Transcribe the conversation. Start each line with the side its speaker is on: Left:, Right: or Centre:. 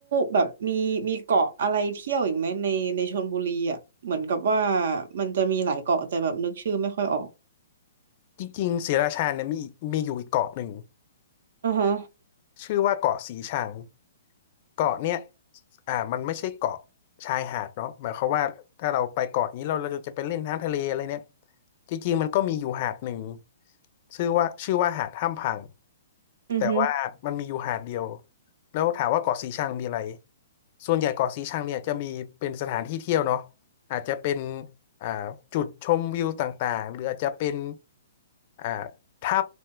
Right: แบบมีมีเกาะอะไรเที่ยวอีกไหมในในชลบุรีอ่ะเหมือนกับว่ามันจะมีหลายเกาะแต่แบบนึกชื่อไม่ค่อยออก
Left: จริงๆศรีราชาเนี่ยมีมีอยู่อีกเกาะหนึ่ง
Right: อ่าฮะ
Left: ชื่อว่าเกาะสีชังเกาะเนี่ยอ่ามันไม่ใช่เกาะชายหาดเนาะหมายความว่าถ้าเราไปเกาะนี้เราเราจะไปเล่นน้ำทะเลอะไรเนี่ยจริงๆมันก็มีอยู่หาดหนึ่งชื่อว่าชื่อว่าหาดถ้ำพัง
Right: อือฮึ
Left: แต่ว่ามันมีอยู่หาดเดียวแล้วถามว่าเกาะสีชังมีอะไรส่วนใหญ่เกาะสีชังเนี่ยจะมีเป็นสถานที่เที่ยวเนาะอาจจะเป็น อ่าจุดชมวิวต่างๆหรืออาจจะเป็นอ่าถ้